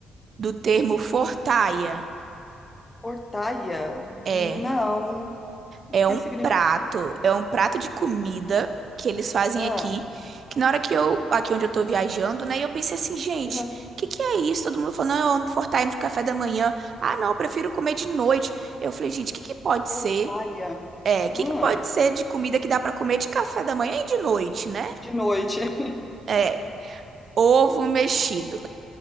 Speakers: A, on the right; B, on the left.
A: do termo fortaia?
B: Portaia?
A: É.
B: Não. O
A: É
B: que
A: um
B: que significa?
A: prato, é um prato de comida que eles fazem
B: Ah,
A: aqui, que na hora que eu, aqui onde eu tô viajando, né, eu pensei assim, gente,
B: ah,
A: o que que é isso? Todo mundo falou, não, eu amo fortalecer de café da manhã. Ah, não, eu prefiro comer de noite. Eu falei, gente, o que que pode
B: portaia.
A: ser? É, o que
B: Ah,
A: que pode ser de comida que dá pra comer de café da manhã e de noite, né?
B: de noite. <laughs>
A: É, ovo mexido.